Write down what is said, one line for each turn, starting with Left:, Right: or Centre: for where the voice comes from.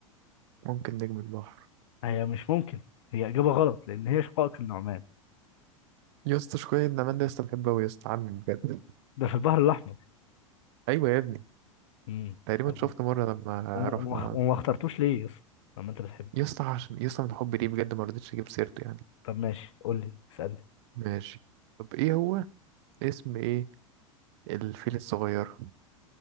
Right: ممكن نجم البحر
Left: هي مش ممكن هي إجابة غلط لأن هي شقائق النعمان
Right: يا اسطى شوية نعمان ده يا اسطى بحبه أوي يا اسطى عمي بجد
Left: ده في البحر الأحمر
Right: أيوة يا ابني
Left: امم
Right: تقريبا
Left: طب
Right: شفت
Left: و-
Right: مرة لما
Left: و-
Right: رحنا
Left: وما اخترتوش ليه يا اسطى لما انت بتحبه
Right: يا اسطى عشان يا اسطى من حبي ليه بجد ما رضيتش أجيب سيرته يعني
Left: طب ماشي قول لي اسألني
Right: ماشي طب إيه هو اسم إيه الفيل الصغير